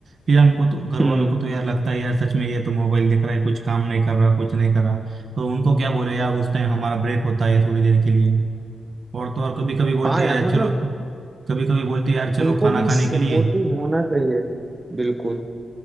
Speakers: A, on the right (about 45°); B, on the right (about 20°).
A: फिर हमको तो घर
B: हुँ,
A: वालों को तो यार लगता है यार सच में ये तो मोबाइल देख रहा है कुछ काम नहीं कर रहा कुछ नहीं कर रहा तो उनको क्या बोले यार उस टाइम हमारा ब्रेक होता है थोड़ी देर के लिए और तो और कभी कभी बोलते
B: हाँ यार
A: हैं यार
B: मतलब
A: चलो कभी कभी बोलते हैं यार चलो
B: उनको
A: खाना
B: भी
A: खाने
B: सपोर्टिव
A: के लिए
B: होना चाहिए, बिल्कुल।